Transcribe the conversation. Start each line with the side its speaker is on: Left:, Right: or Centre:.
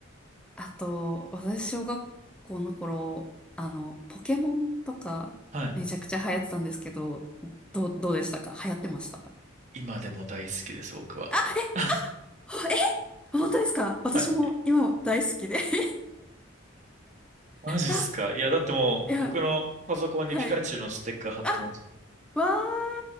Centre: あと、私、小学校の頃、あの、ポケモンとか、
Right: はい。
Centre: めちゃくちゃ流行ってたんですけど、どう、どうでしたか流行ってました
Right: 今でも大好きです、僕は。
Centre: あ、え、
Right: <laughs>
Centre: ほえ、本当ですか私も今大好きで
Right: はい
Centre: <laughs>
Right: マジっすかいや、
Centre: あ、
Right: だってもう、
Centre: いや、
Right: 僕のパソコンにピカチュウのステッカー貼ってます。
Centre: はい。あわ